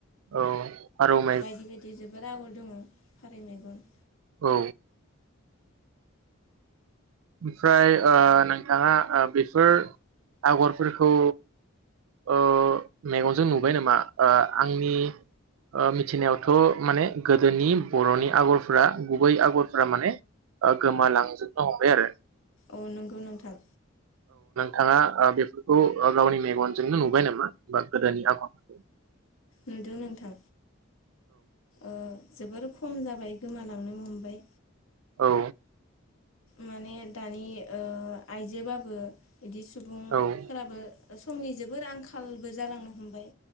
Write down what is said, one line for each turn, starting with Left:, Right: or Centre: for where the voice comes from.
Right: औ <unintelligible>
Left: बायदि बायदि जोबोर आ खर दङ फारै मैगन।
Right: औ। ओमफ्राय ओ नोंथाङा ओ बेफोर आगरफोरखौ ओ मेगनजों नुबाय नामा ओ आंनि ओ मिथिनायावथ' माने गोदोनि बर'नि आगरफोरा गुबै आगरफोरा माने ओ गोमालांजोबनो हमबाय आरो।
Left: अ नंगौ नोंथां।
Right: थाङा ओ बेफोरखौ ओ गावनि मेगन जोंनो नुबाय नामा? बा गोदनि आबहावा
Left: नुदों नोंथां। ओ जोबोर खम जाबाय गोमालांनो हमबाय।
Right: औ।
Left: माने दानि ओ आयजोबाबो बिदि सुबुं
Right: औ
Left: फोराबो समनि जोबोर आंखालबो जालांनो हमबाय।